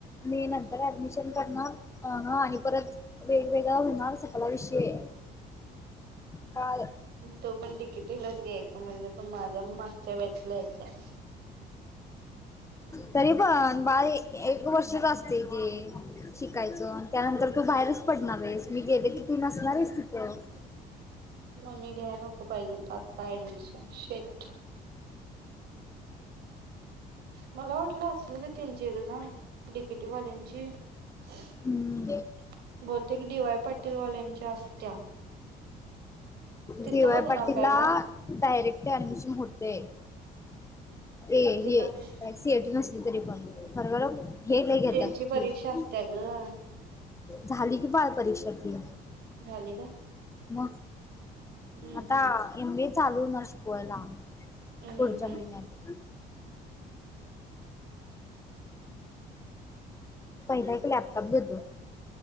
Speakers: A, on the left (about 15°); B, on the right (about 70°).
A: मी नंतर ऍडमिशन करणार अह आणि परत वेगवेगळं हुनार सग कला विषय. बाळ
B: तो पण डी के टी लाच घे म्हणजे तो माझ्या मागच्या बॅचला येताये.
A: तरी पण <unintelligible> एक वर्षीच असतय ते. शिकायचं अन त्यानंतर तू बाहेरचं पडणारयेस मी गेले कि तू नसणारयेस तिथं.
B: म मी घ्याय नको पाहिजे होत आत्ता ऍडमिशन शिट्ट. मला वाटलं असलं की तीनशे डझन डी के टी वाल्यान ची बहुतेक
A: हम्म
B: डी वाय पाटील वाल्यांची असत्या. तिथं
A: डी वाय
B: बघणार
A: पाटील
B: काय
A: ला
B: मग
A: डायरेक्ट ऍडमिशन होतय हे
B: तिथं
A: हे काय सी आय टी नसली तरी पण. <unintelligible>
B: त्यांची
A: घेतात
B: परीक्षा असत्या ग.
A: झाली की बाळ परीक्षा ती.
B: झाली का
A: मग
B: हम्म
A: आता
B: हम्म
A: एम बी ए चालू हुणार शिकवायला
B: हम्म
A: पुढच्या
B: हम्म
A: महिन्यात पहिला एक लॅपटॉप घेतो.